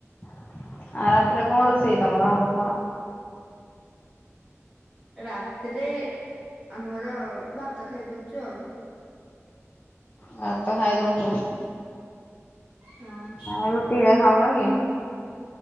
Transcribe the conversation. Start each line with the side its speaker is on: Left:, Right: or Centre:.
Left: ଆ ରାତିରେ କଣ ରୋଷେଇ ତମର ହବ କଣ?
Right: ରାତିରେ ଆମର ଭାତ ଖାଇ ଦଉଛୁ ଆଉ।
Left: ଭାତ ଖାଇ ଦଉଛ।
Right: ହଁ।
Left: ଆଉ ରୁଟି ହେକା ଖାଉନ କି?